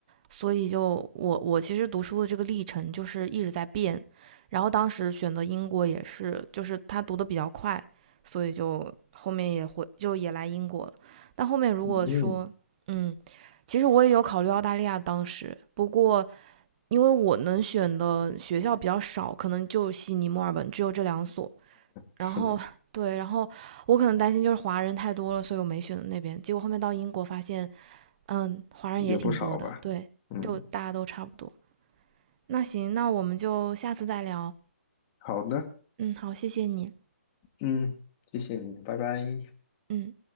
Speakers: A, on the right (about 35°); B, on the left (about 25°).
A: 所以就我我其实读书的这个历程就是一直在变，然后当时选择英国也是，就是他读的比较快，所以就后面也会就也来英国了。但后面如果说，
B: 嗯，
A: 嗯，其实我也有考虑澳大利亚，当时不过因为我能选的学校比较少，可能就悉尼、墨尔本只有这两所，
B: 是吗？
A: 然后。对，然后我可能担心就是华人太多了，所以我没选那边。结果后面到英国发现，嗯，华人也挺多的，
B: 也不少吧。
A: 对，
B: 嗯，
A: 就大家都差不多。那行，那我们就下次再聊。
B: 好的，
A: 嗯，好，谢谢你。
B: 嗯，谢谢你，拜拜。
A: 嗯。